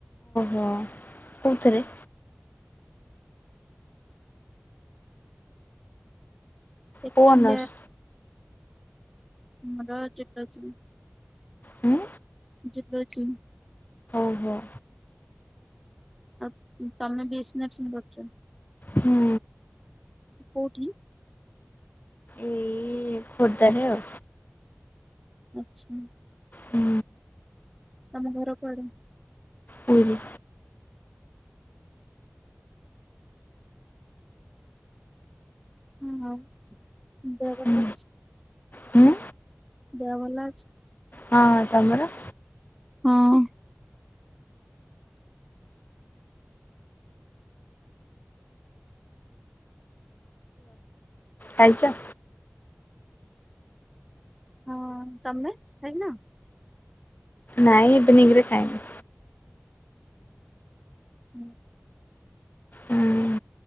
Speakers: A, on the left; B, in the centre.
A: ଅ କୋଉଥେରେ?
B: ସେକେଣ୍ଡ
A: କୋଉ ଅନର୍ସ?
B: ଇଅର। ଆମର <unintelligible>
A: ହୁଁ
B: <unintelligible>
A: ଓହ।
B: ଆଉ ତମେ ବି ଏସି ନସିଂ କରୁଚ?
A: ହୁଁ
B: କୋଉଠି?
A: ଏଇ। ଏଇ ଖୋର୍ଦ୍ଧାରେ ଆଉ।
B: ଆଚ୍ଛା।
A: ହୁଁ
B: ତମ ଘର କୁଆଡେ?
A: ପୁରୀ
B: ହୁଁ ଆଉ ଦେହ ଭଲ
A: ହୁଁ
B: ଅଛି?
A: ହୁଁ
B: ଦେହ ଭଲ ଅଛି?
A: ହଁଁ ତମର?
B: ହଁ।
A: ଖାଇଚ?
B: ହଁ ତମେ ଖାଇନ?
A: ନାଇଁ ଇଭିନିଙ୍ଗରେ ଖାଇନି।
B: ହୁଁ।
A: ହୁଁ